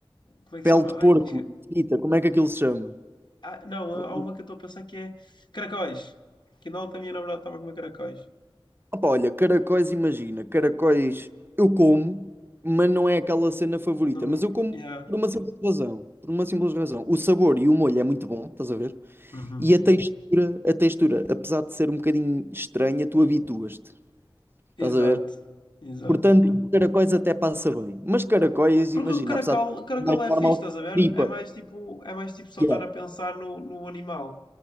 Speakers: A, on the left; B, on the right.
A: como é que
B: Pele
A: se chama?
B: de porco,
A: Ai, esque-
B: frita, como é que aquilo se chama?
A: ah, não,
B: Co-
A: há uma que eu estou a pensar que é caracóis. Que não, a minha namorada estava a comer caracóis.
B: Opa, olha, caracóis, imagina, caracóis eu como, mas não é aquela cena favorita.
A: Não,
B: Mas eu como
A: yeah.
B: por uma simples razão, por uma simples razão. O sabor e o molho é muito bom, estás a ver?
A: Uhum.
B: E a textura, a textura, apesar de ser um bocadinho estranha, tu habituas-te, estás
A: Exato,
B: a ver?
A: exato.
B: Portanto, caracóis até passa bem. Mas caracóis,
A: Porque
B: imagina,
A: o caracol,
B: apesar de
A: o caracol
B: ser mais normal,
A: é fixe, estás a ver?
B: tripa.
A: É mais tipo, é mais tipo só
B: Yeah.
A: estar a pensar no, no animal.